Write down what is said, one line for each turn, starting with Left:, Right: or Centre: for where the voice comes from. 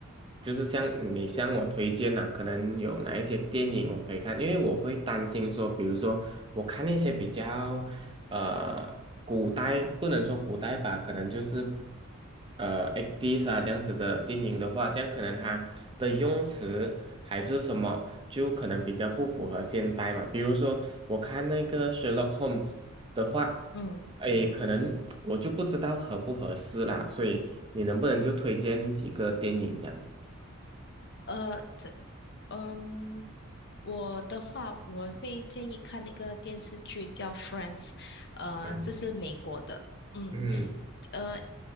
Right: 就是像你向我推荐呐、可能有哪一些电影我可以看，因为我会担心说，比如说我看那些比较呃古代不能说古代吧，可能就是呃8 e s 啊这样子的电影的话，这样可能它的用词还是什么，就可能比较不符合现代嘛。比如说，我看那个 Sherlock Holmes 的话，
Left: 嗯
Right: 诶，可能我就不知道合不合适啦，所以你能不能就推荐几个电影这样？
Left: 呃这嗯我的话，我会建议看那个电视剧叫《Friends》，呃，
Right: 嗯
Left: 这是美国的，嗯。
Right: 嗯，
Left: 呃，